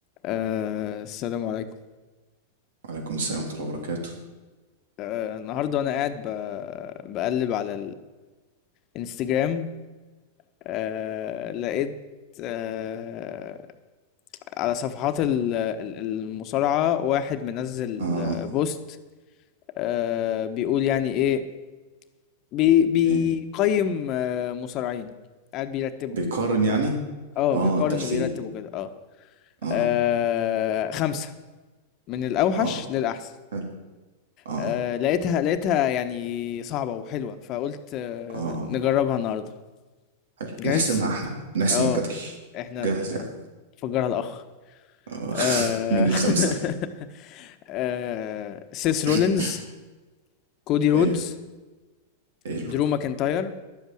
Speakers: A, on the left (about 45°); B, on the right (about 80°).
A: آه السلام عليكم
B: وعليكم السلام ورحمة الله وبركاته
A: آه النهارده وانا قاعد ب- بقلب على الانستجرام آه لقيت آه على صفحات ال- ال- المصارعة واحد منزل
B: اه
A: آه، بوست آه بيقول يعني ايه بي بيقيم
B: ايه
A: آه مصارعين قاعد بيرتبهم
B: بيقارن يعني
A: اه
B: اه
A: بيقارن
B: ترتيب
A: وبيرتبه كده اه
B: اه
A: آه، خمسة من الأوحش
B: اه
A: للأحسن
B: حلو اه
A: آه لقيتها لقيتها يعني صعبة وحلوة فقلت آه
B: اه
A: نجربها النهاردة
B: حلو
A: جاهز؟
B: نحسمها احنا نحسم
A: اه
B: الجدل
A: احنا
B: جاهز
A: ن-
B: يعني
A: نفجرها الأخ
B: آه.
A: آه
B: <laughs> مين الخمسة
A: <laughs> آه سيس رولينز
B: <coughs>
A: كودي رودز
B: حلو حلو
A: درو ماكنتاير